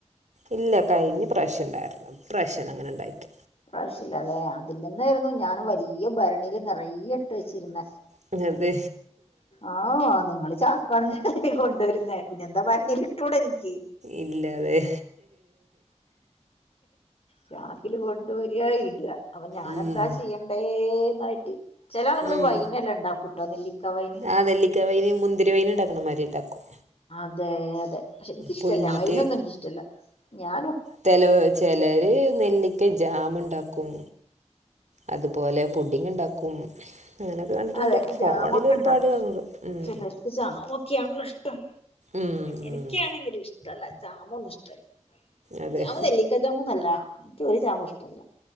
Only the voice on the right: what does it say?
ഇല്ല കഴിഞ്ഞ് പ്രാശ്യംണ്ടായിരുന്നു ഇപ്രാശ്യന്നു അങ്ങനെ ഇണ്ടായിട്ട്
പിന്നെ എന്ത്
ഇല്ലാതെ
ഉം
ഉം
ആ നെല്ലിക്ക വൈന് മുന്തിരി വൈന്ണ്ടാക്ണമാരി ഇണ്ടാക്കും
പുഴുങ്ങിയിട്ട്
ചലോ ചെലര് നെല്ലിക്ക ജാമ്ണ്ടാക്കും അത്പോലെ പുഡിങ്ണ്ടാക്കും. അങ്ങനെക്കെ കണ്ടിട്ടുണ്ട്.
ഫോണിലൊരുപാട്‌കണ്ടു.
ഉം.
ഉം
ഉം
അതെ